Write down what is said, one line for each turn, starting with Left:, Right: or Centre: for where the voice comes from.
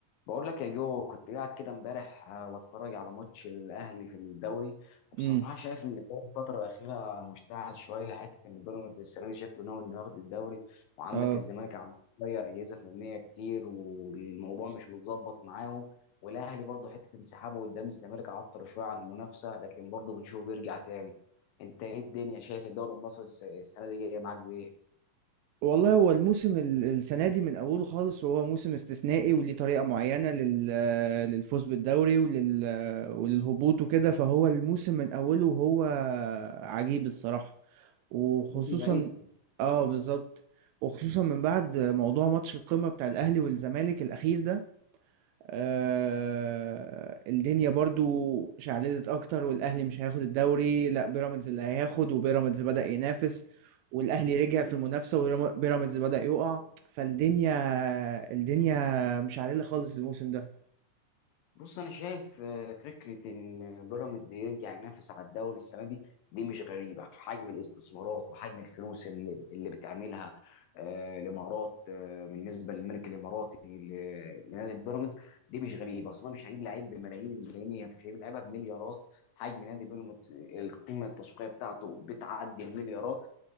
Left: بقول لك يا جو كنت قاعد كده امبارح آه، واتفرج على ماتش الاهلي في الدوري وبصراحه
Right: امم
Left: شايف ان الدوري الفتره الاخيره مشتعل شويه حته ان بيراميدز السنه دي شكله ناوي انه ياخد الدوري وعندك
Right: اه
Left: الزمالك عم تغير اجهزه فنيه كتير والموضوع مش متظبط معاهم والاهلي برضه حته انسحابه قدام الزمالك عطر شويه عن المنافسه لكن برضه بنشوفه بيرجع تاني انت ايه الدنيا شايف الدوري المصري الس- السنه دي جايه معاك بايه؟
Right: والله هو الموسم ال- السنه دي من اوله خالص وهو موسم استثنائي وليه طريقه معينه لل- للفوز بالدوري ولل وللهبوط وكده فهو الموسم من اوله وهو عجيب الصراحه وخصوصا
Left: موسم غريب
Right: اه بالظبط وخصوصا من بعد موضوع ماتش القمه بتاع الاهلي والزمالك الاخير ده آه الدنيا برضو شعللت اكتر والاهلي مش هياخد الدوري لا بيراميدز اللي هياخد وبيراميدز بدأ ينافس والاهلي رجع في المنافسة وبيراميدز بدأ يقع فالدنيا الدنيا مش عادلة خالص الموسم ده
Left: بص انا شايف آه، فكره ان بيراميدز يرجع ينافس على الدوري السنه دي دي مش غريبه حجم الاستثمارات وحجم الفلوس اللي, اللي بتعملها آه، الامارات آه، بالنسبه للملك الاماراتي ل- لنادي بيراميدز دي مش غريبه اصلا مش هيجيب لعيب بملايين الملايين يعني مش هيجيب لعيبه بمليارات حجم نادي بيراميدز القيمه التسويقيه بتاعته بتعدي المليارات